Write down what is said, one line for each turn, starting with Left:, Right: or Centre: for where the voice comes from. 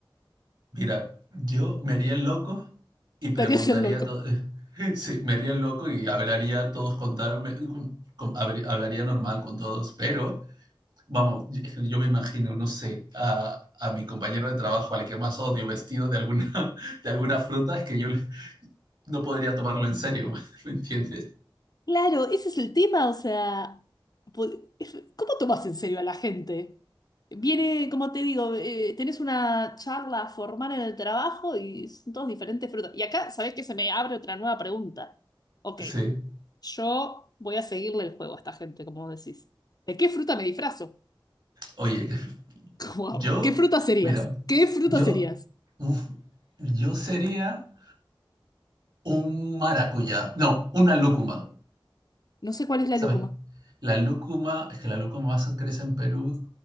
Right: Mira, yo me haría el loco y preguntaría
Left: ¿Estarías <laughs> el loco?
Right: todo. <laughs> Sí, me haría el loco y hablaría a todos con tal, me- con- con- habría- hablaría normal con todos, pero vamos, <laughs> yo me imagino, no sé, a, a mi compañero de trabajo, al que más odio, vestido de alguna, <laughs> de alguna fruta, es que yo no podría tomarlo en serio, <laughs> ¿me entiendes?
Left: Claro, ese es el tema, o sea, po- es- ¿cómo tomas en serio a la gente? Viene, como te digo, eh, tenés una charla formal en el trabajo y son todos diferentes frutas. Y acá, ¿sabés que se me abre otra nueva pregunta? Ok,
Right: Sí.
Left: yo voy a seguirle el juego a esta gente, como decís. ¿De qué fruta me disfrazo? <laughs>
Right: Oye,
Left: Wow,
Right: yo,
Left: ¿qué fruta serías?
Right: mira,
Left: ¿Qué fruta
Right: yo,
Left: serías?
Right: uf, yo sería un maracuyá, no, una lúcuma,
Left: No sé cuál es la
Right: ¿sabes?
Left: lúcuma.
Right: La lúcuma, es que la lúcuma más crece en Perú,